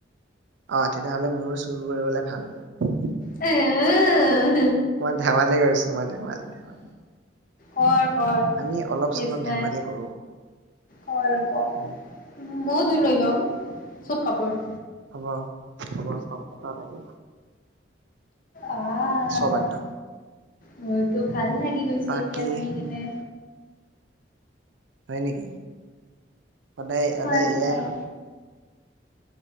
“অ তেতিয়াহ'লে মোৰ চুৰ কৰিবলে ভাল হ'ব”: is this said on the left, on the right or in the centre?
Right